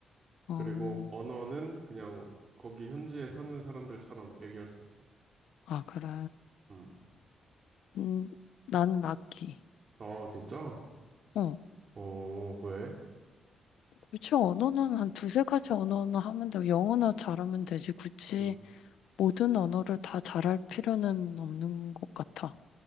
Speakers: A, on the left; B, on the right.
A: 어.
B: 그리고 언어는 그냥 거기 현지에 사는 사람들처럼 얘기할 수 있어.
A: 아, 그래.
B: 음.
A: 음, 나는 악기.
B: 아, 진짜?
A: 어.
B: 어, 왜?
A: 굳이 언어는 한 두세 가지 언어는 하면 되고 영어나 잘하면 되지. 굳이
B: 음,
A: 모든 언어를 다 잘할 필요는 없는 것 같아.